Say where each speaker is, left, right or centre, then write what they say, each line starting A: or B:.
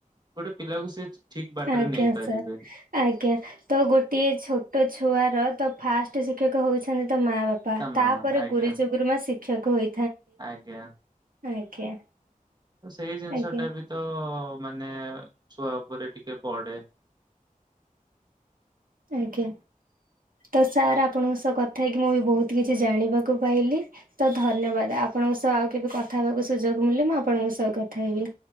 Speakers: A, on the right (about 30°); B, on the right (about 75°).
A: ଗୋଟେ ପିଲାକୁ ସେ ଠିକ ବାଟରେ
B: ଆଜ୍ଞା
A: ନେଇପାରିବେ।
B: ସାର୍ ଆଜ୍ଞା ତ ଗୋଟିଏ ଛୋଟ ଛୁଆର ତ ଫାଷ୍ଟ ଶିକ୍ଷକ ହଉଛନ୍ତି ତ ମା ବାପା
A: ତମା
B: ତାପରେ
A: ଆଜ୍ଞା
B: ଗୁରୁଜଗୁରୁମା ଶିକ୍ଷକ ହୋଇ
A: ଆଜ୍ଞା
B: ଆଜ୍ଞା
A: ସେଇ ଜିନିଷ
B: ଆଜ୍ଞା
A: ଟା ବି ତ ମାନେ ଛୁଆ ଉପରେ ଟିକେ ପଢେ-' <inaudible>
B: ଆଜ୍ଞା ତ ସାର୍ ଆପଣଙ୍କ ସହ କଥା ହେଇକି ମୁଁ ବି ବହୁତ କିଛି ଜାଣିବାକୁ ପାଇଲି। ତ ଧନ୍ୟବାଦ ଆପଣ ଙ୍କ ସହ ଆଉ କେବେ କଥା ହେବାକୁ ସୁଯୋଗ ମିଳିଲେ ମୁଁ ଆପଣଙ୍କ ସହ କଥା ହେବି।